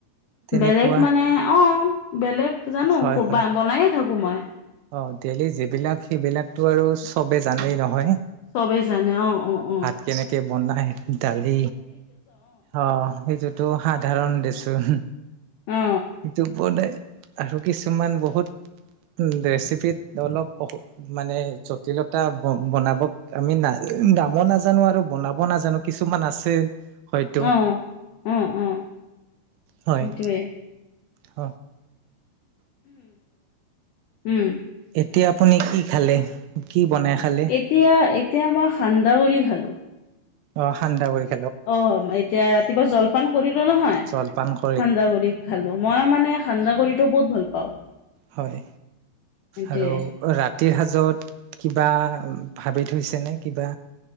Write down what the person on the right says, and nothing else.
তেনেকুৱা
হয়
হয়
অ' ডেইলি যিবিলাক সিবিলাকতো আৰু চবে জানেই নহয়।
কেনেকে বনাই দালি অ' সেইটোত টো সাধাৰণ দেচোন,
সেইটো বনাই আৰু কিছুমান বহুত ৰেচিপিত অলপ অসু মানে জটিলতা ব-বনাব আমি নাজ-নামো নাজানো আৰু বনাব নাজানো। কিছুমান আছে হয়টো,
হয়।
হ।
এতিয়া আপুনি কি খালে, কি বনাই খালে?
অ' সান্দহ গুৰি।
জলপান ক
হয়।
আৰু ৰাতিৰ সাজত কিবা ভাবি থৈছেনে কিবা?